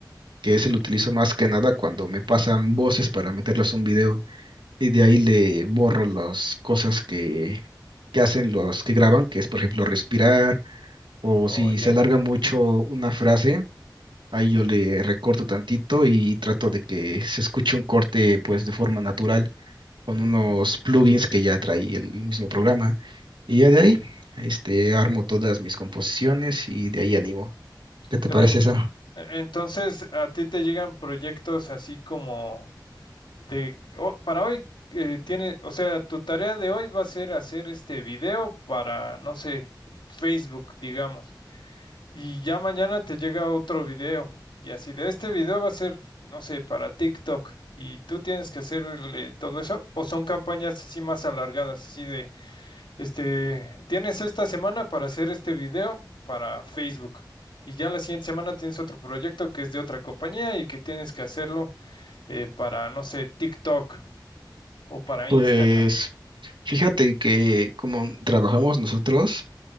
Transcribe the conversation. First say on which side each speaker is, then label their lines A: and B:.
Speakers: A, on the right (about 80°); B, on the left (about 80°).
A: que ese
B: Mm,
A: lo utilizo más que nada cuando me pasan voces para meterlas a un video y de ahí le borro las cosas que, que hacen los que graban, que es por ejemplo respirar o
B: oh,
A: si
B: ya.
A: se alarga mucho una frase. Ahí yo le recorto tantito y trato de que se escuche un corte pues de forma natural. con
B: Ujú.
A: unos plugins que ya trae el mismo programa. Y ya de ahí, este, armo todas mis composiciones y de ahí animo. ¿Qué te
B: Pero
A: parece
B: en-
A: esa?
B: e-, entonces, ¿a ti te llegan proyectos así como de o- para hoy eh, tiene, o sea, tu tarea de hoy va a ser hacer este video para, no sé, Facebook, digamos. Y ya mañana te llega otro video. Y así de este video va a ser, no sé, para TikTok. Y tú tienes que hacerle todo eso. O son campañas así más alargadas, así de, este, tienes esta semana para hacer este video para Facebook. Y ya la siguiente semana tienes otro proyecto que es de otra compañía y que tienes que hacerlo eh, para, no sé, TikTok o para
A: Pues
B: Instagram.
A: fíjate que como trabajamos nosotros,